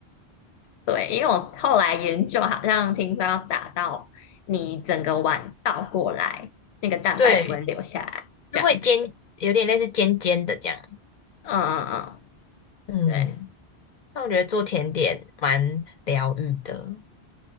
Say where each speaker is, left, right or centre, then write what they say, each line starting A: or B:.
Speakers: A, on the left (about 80°); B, on the left (about 50°).
A: 对，因为我后来研究，好像听说要打到你整个碗倒过来，那个蛋白不会流下来，
B: 对，
A: 这样子。
B: 就会尖，有点类似尖尖的这样。
A: 嗯嗯嗯，
B: 嗯。
A: 对。
B: 那我觉得做甜点蛮疗愈的，